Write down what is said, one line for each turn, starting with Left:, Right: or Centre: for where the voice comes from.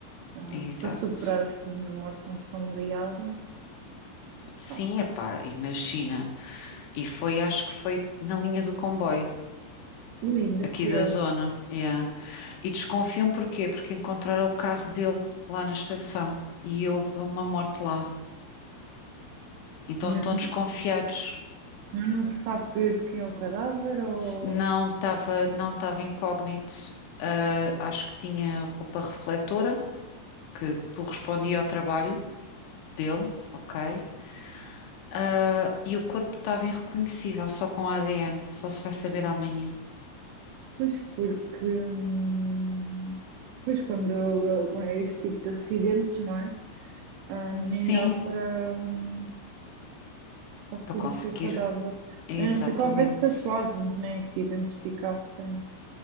Right: Ah,
Left: exato.
Right: para superar assim a morte de um familiar,
Left: Sim,
Right: pá,
Left: epá, imagina. E foi, acho que foi na linha do comboio,
Right: ui, ainda
Left: aqui
Right: pior.
Left: da zona. yeah. E desconfiam porquê? Porque encontraram o carro dele lá na estação e houve uma morte lá. Então
Right: Mas
Left: estão
Right: não.
Left: desconfiados.
Right: Mas não se sabe que- de quem é o cadáver ou.
Left: Não estava, não estava incógnito. Ah, acho que tinha roupa refletora, que correspondia ao trabalho dele, ok? Ah, e o corpo estava irreconhecível, só com ADN. Só se vai saber amanhã.
Right: Pois porque. hum, Pois quando, quando é esse tipo de acidentes, não é? Ah, nem
Left: Sim,
Right: dá para hum, para reconhecer
Left: para conseguir.
Right: o cadáver.
Left: Exatamente.
Right: A não ser que houvesse tatuagens, né? Que identificassem.